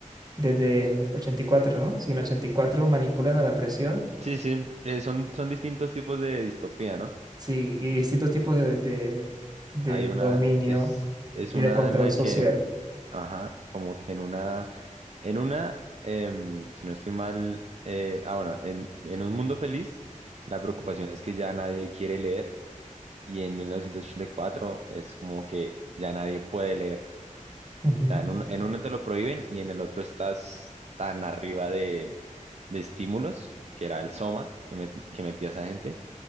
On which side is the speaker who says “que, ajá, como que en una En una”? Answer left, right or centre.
Right